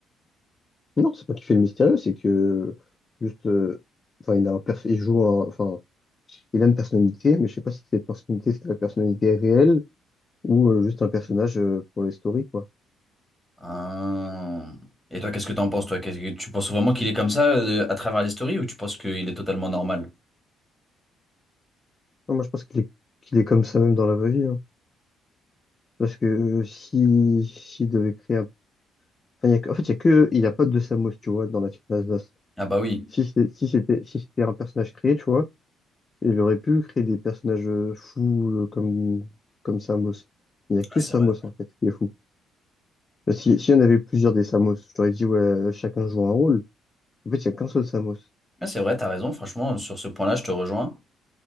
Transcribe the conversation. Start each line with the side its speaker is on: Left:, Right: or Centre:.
Left: Non, c'est pas qu'il fait le mystérieux, c'est que juste, euh, enfin, il a un perf- il joue un, enfin, il a une personnalité, mais je sais pas si cette personnalité, c'est la personnalité réelle ou euh, juste un personnage euh, pour les stories, quoi.
Centre: Hein. Et toi, qu'est-ce que t'en penses, toi? Qu'est-ce que tu penses vraiment qu'il est comme ça euh, à travers les stories ou tu penses qu'il est totalement normal?
Left: Non, moi, je pense qu'il est, qu'il est comme ça même dans la vraie vie. hein. Parce que euh, si, s'il devait créer un... enfin, il y a que- en fait, il y a que... Il n'y a pas de deux Samus, tu vois, dans la team d'Asdas.
Centre: Ah bah oui.
Left: Si c'est- si c'était si c'était un personnage créé, tu vois, il aurait pu créer des personnages euh, fous euh, comme, comme Samus. Il n'y a que
Centre: Ah, c'est
Left: Samus,
Centre: vrai.
Left: en fait, qui est fou. Parce que Si, s'il y en avait plusieurs des Samus, je t'aurais dit, ouais, chacun joue un rôle. En fait, il n'y a qu'un seul Samus.
Centre: Ah, c'est vrai, t'as raison. Franchement, sur ce point-là, je te rejoins.